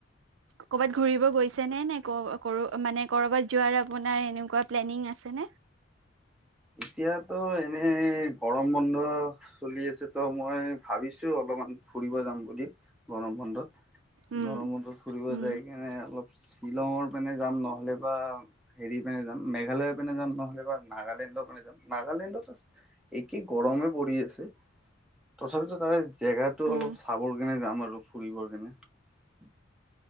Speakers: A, on the right; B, in the centre.
A: কৰ'বাত ঘুৰিব গৈছে নে? নে ক- কৰ- মানে ক'ৰবাত যোৱাৰ আপোনাৰ এনেকুৱা প্লেনিং আছে নে?
B: এতিয়াতো এনে গৰম বন্ধ চলি আছে তো মই ভাবিছো অলপ অকনমান ফুৰিব যাম বুলি গৰম বন্ধত।
A: উম
B: গৰমত ফুৰিব
A: উম
B: যায় সেইকাৰণে অলপ শ্বিলঙৰ পিনে যাম নহয়। নহ'লে বা হেৰি পিনে যাম মেঘালয় পিনে যাম নহ'লে বা নাগালেণ্ডত। নাগালেণ্ডত একেই গৰমে পৰি আছে তথাপিতো তাৰে জেগাটো
A: উম
B: অলপ চাবৰ কাৰণে যাম আৰু ফুৰিবৰ কাৰণে <unintelligible>